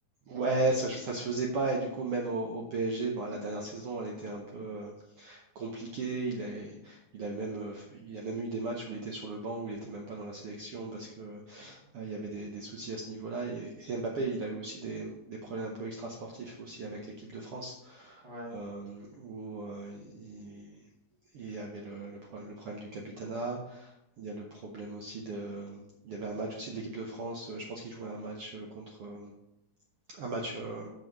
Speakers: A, on the right; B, on the right.
A: Ouais,
B: Hum,
A: ça, ça se faisait pas, et du coup, même au, au PSG, bon, la dernière saison, elle était un peu... euh, compliqué. Il a, il a même, euh, f- il a même eu des matchs où il était sur le banc, où il était même pas dans la sélection parce que
B: mhm.
A: euh, il y avait des, des soucis à ce niveau-là. Et, et Mbappé, il a eu aussi des, des problèmes un peu extrasportifs aussi avec l'équipe de France,
B: Ouais.
A: euh, où euh, il, il y avait le, le problème, le problème du capitanat. Il y a le problème aussi de, il y avait un match aussi de l'équipe de France. euh, Je pense qu'il jouait un match euh, contre euh, un match euh,